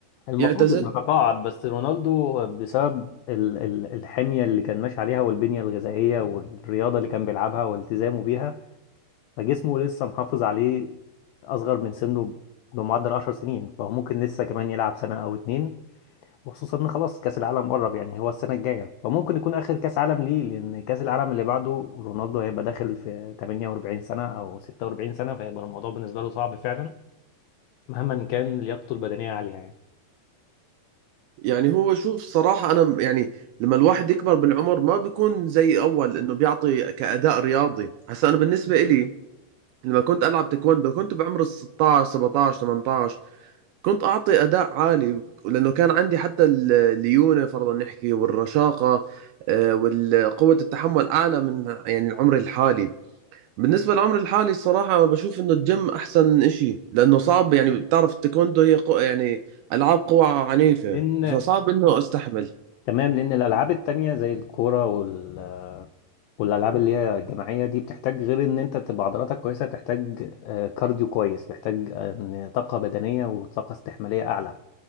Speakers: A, on the left (about 85°); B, on the right (about 80°).
A: المفروض
B: يعتزل
A: إنه تقاعد بس رونالدو بسبب ال... ال- الحمية اللي كان ماشي عليها والبنية الغذائية والرياضة اللي كان بيلعبها والتزامه بيها فجسمه لسه محافظ عليه اصغر من سنه بمعدل 10 سنين فهو ممكن لسه كمان يلعب سنة او اتنين وخصوصا ان خلاص كاس العالم قرب يعني هو السنة الجاية فممكن يكون اخر كاس عالم ليه لان كاس العالم اللي بعده رونالدو هيبقى داخل في 48 سنة او 46 سنة فهيبقى الموضوع بالنسبة له صعب فعلا مهما كان لياقته البدنية عالية يعني
B: يعني هو شوف صراحة انا م- يعني لما الواحد يكبر بالعمر ما بيكون زي اول انه بيعطي كأداء رياضي هسا انا بالنسبة إلي لما كنت ألعب تايكوندو كنت بعمر ال 16 17 18 كنت أعطي أداء عالي لأنه كان عندي حتى ال- الليونة فرضا نحكي والرشاقة آه، والقوة التحمل أعلى من يعني عمري الحالي بالنسبة لعمري الحالي الصراحة بشوف إنه الجيم أحسن إشي لأنه صعب يعني بتعرف التايكوندو هي قو يعني ألعاب قوى عنيفة
A: ان
B: فصعب إنه أستحمل
A: تمام لان الالعاب التانية زي الكورة وال والالعاب اللي هي الجماعيه دي بتحتاج غير ان انت تبقى عضلاتك كويسه تحتاج آه، كارديو كويس محتاج آه، إن طاقه بدنيه وطاقه استحماليه اعلى